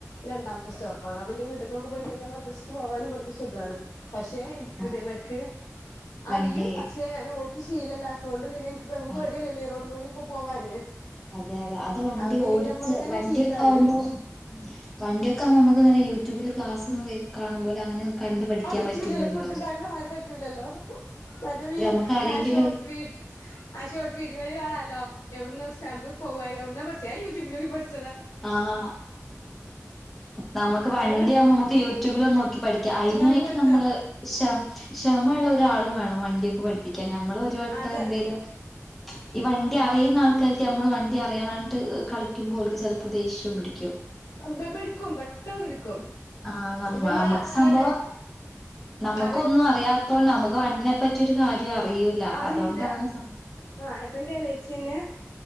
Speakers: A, on the left; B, in the centre.
A: രണ്ടാമത്തെ സ്റ്റോപ്പാണ് അപ്പനിക്ക് വീട്ടിക്കൊക്കെ പോയിക്കഴിഞ്ഞാ മദ്ര സക്ക് പോവാനും ഇവിടന്ന് സുഖാണ് പക്ഷെ എനിക്കിതിമക്ക്
B: ആ വണ്ടി
A: അറിയും പക്ഷെ ഞാനോടിച്ച് ശീലല്ലാത്ത കൊണ്ട് പിന്നെ ഇപ്പ നമുക്ക്
B: ആ
A: പേടിയല്ലെ മെയ് റോട്ടി കൂടിക്കെ പോവാന്
B: അതെ അതെ അത് വണ്ടി
A: പിന്നെ
B: ഓടിച്ച്
A: ഇന്റെമ്മ ഇങ്ങനെ
B: വണ്ടിയൊക്കെ
A: ചീത്തറിയും
B: ആവുമ്പോ വണ്ടി ഒക്കെ ആവുമ്പോ അമ്മക്ക് അങ്ങനെ യൂട്യൂബില് ക്ലാസ് കാണുംപോലെ അങ്ങനെ കണ്ട് പഠിക്ക്യാൻ
A: അത് പറ്റൂലല്ലോ
B: പറ്റൂലല്ലൊ
A: ഫുഡ് ഉണ്ടാക്കണമാതിരി പറ്റൂലല്ലോ മറ്റേ വീ
B: നമക്ക് ആരെങ്കിലും
A: ആ ഷോർട്സ് വീ ആ ഷോട്ട് വീഡിയോല് കാണാലോ. എവിട്ന്ന് സ് <unintelligible> സ്റ്റാമ്പ് പോവാ <unintelligible> എവിന്ന് പഠിച്ചെ ഞാൻ യൂട്യൂബിലൊക്കെ പഠിച്ചു
B: ആഹ് നമക്ക് വണ്ടി
A: അതെ
B: ആവുമ്പോ നമക്ക് യൂ യട്യൂബിലൊന്ന് നോക്കി പഠിക്ക അതിനായിട്ട്
A: നോക്കി പഠിച്ചാ
B: നമ്മള് ക്ഷമ ഒരാളും വേണം വണ്ടിയൊക്കെ പഠിപ്പിക്കാൻ നമ്മൾ ഒരു വട്ടം
A: അതാണേ
B: എന്തേലും ഈ വണ്ടി അറിയുന്ന ആൾക്കാർക്ക് നമ്മള് വണ്ടി അറിയാണ്ട് കളിക്കുമ്പോ ഓല്ക്ക് ചെല്പ് ഇപ്പ ദേഷ്യം പിടിക്കും
A: അമ്പെ പിടിക്കും പെട്ടെന്ന് പിടിക്കും
B: ആഹ് നമ്മ
A: ഇവന്റെ
B: നമ്മക്ക് സംഭവം
A: ആളെ
B: നമുക്കൊന്നും
A: ആ
B: അറിയാത്തോണ്ട് നമക്ക് വണ്ടിനെ പറ്റി ഒരു കാര്യം അറിയൂല
A: അറില്ല.
B: അതുകൊണ്ടാണ് സംഭവം
A: ആഹ് ആഹ്പ്പന്റെ എലേച്ച്യന്നെ